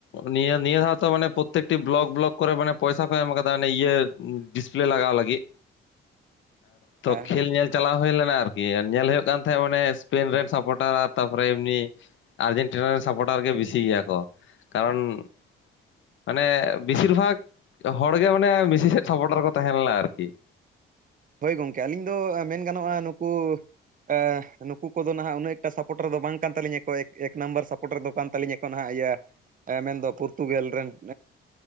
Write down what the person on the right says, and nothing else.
ᱱᱟᱦᱟᱜ
ᱦᱳᱭ ᱜᱚᱢᱠᱮ ᱟᱞᱤᱧ ᱫᱚ ᱢᱮᱱ ᱜᱟᱱᱚᱜ-ᱟ ᱱᱩᱠᱩ ᱮ- ᱱᱩᱠᱩ ᱠᱚᱫᱚ ᱱᱟᱦᱟᱜ ᱩᱱᱟᱹᱜ ᱴᱟᱜ ᱥᱟᱯᱚᱴᱟᱨ ᱫᱚ ᱵᱟᱝ ᱠᱟᱱ ᱛᱟᱹᱞᱤᱧᱟ ᱠᱚ ᱮᱠ ᱱᱟᱢᱵᱟᱨ ᱥᱟᱯᱚᱴᱟᱨ ᱫᱚ ᱠᱟᱱ ᱛᱟᱹᱞᱤᱧᱟ ᱠᱚ ᱱᱟᱦᱟᱜ ᱤᱭᱟᱹ- ᱮᱸ ᱢᱮᱱ ᱫᱚ ᱯᱚᱨᱛᱩᱜᱮᱞ ᱨᱮᱱ-